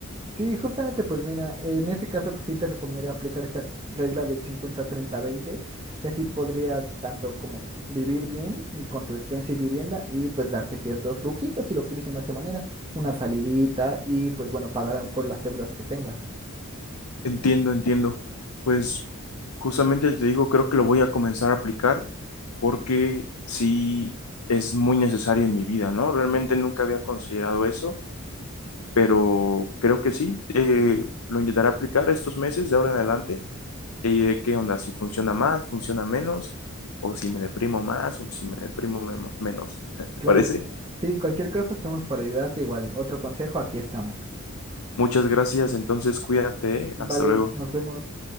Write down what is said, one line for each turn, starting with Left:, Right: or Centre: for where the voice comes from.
Right: Sí, justamente, pues mira, en ese caso sí te recomendaría aplicar esta s- regla del 50-30-20 y así podrías tanto como vivir bien mm, con tu despensa y vivienda y pues darte ciertos lujitos, si lo quieres llamar de esa manera, una salidita y pues bueno, pagar a lo mejor las deudas que tengas.
Left: Entiendo, entiendo. Pues justamente te digo, creo que lo voy a comenzar a aplicar porque sí es muy necesario en mi vida, ¿no? Realmente nunca había considerado eso pero creo que sí, eh, lo intentaré aplicar estos meses de ahora en adelante y diré qué onda, si funciona más, funciona menos, o si me deprimo más, o si me deprimo memo- menos. <laughs> ¿Te
Right: Claro,
Left: parece?
Right: sí, cualquier cosa estamos para ayudarte igual. Otro consejo, aquí estamos.
Left: Muchas gracias, entonces cuídate, ¿eh?
Right: Vale,
Left: hasta luego.
Right: nos vemos.